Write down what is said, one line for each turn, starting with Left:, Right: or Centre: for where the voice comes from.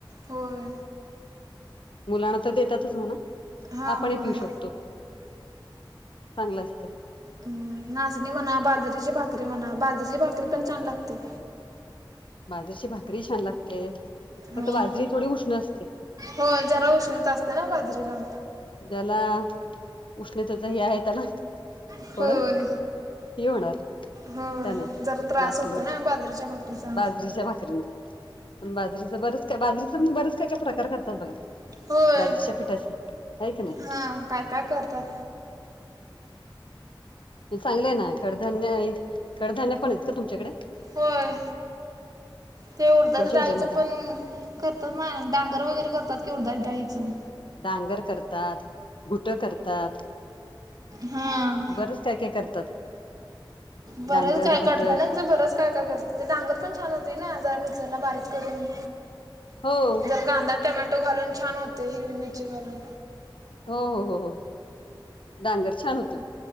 Right: होय.
Left: मुलांना तर देतातच म्हणा,
Right: हां
Left: आपणही
Right: होय
Left: पिऊ शकतो. चांगलं असतय.
Right: हम् नाचणी म्हणा, बाजरीची भाकरी म्हणा, बाजरीची भाकरी पण छान लागते.
Left: बाजरीची भाकरी छान लागते.
Right: हो
Left: फक्त बाजरी थोडी उष्ण असते.
Right: होय जरा उष्णता असते ना बाजरीला.
Left: ज्याला उष्णतेचा हे आहे त्याला.
Right: होय.
Left: थोडं हे होणार
Right: होय
Left: त्यानं
Right: जरा त्रास
Left: नाचणीनं
Right: होतो ना, बाजारीच्या भाकरीचा.
Left: बाजरीच्या भाकरीन, अन् बाजरीच बरेच काय बाजरीच पण बरेच काय काय प्रकार करतात बघा.
Right: होय
Left: बाजरीच्या पिठाचे आहे की नाही
Right: हा काय काय करतात.
Left: हे चांगलंय ना कडधान्य, कडधान्य पण आहेत का तुमच्याकडे?
Right: होय ते उडदाच्या
Left: तुमच्या
Right: डाळीचं
Left: ह्याच्यामध्ये
Right: पण करतात मा डांगर वगैरे करतात की उडात डाळीचं
Left: डांगर करतात घुट करतात
Right: हां
Left: बरच काय काय करतात.
Right: बरंच
Left: डांगर
Right: काय
Left: घुट
Right: कदानाच बरच काय काय करत ते डांगर पण छान होते ना जरा मिक्सर ला बारीक करून
Left: हो
Right: जर कांदा टोमॅटो घालून छान होते हिरवी मिरची घालून
Left: हो हो हो हो डांगर छान होतं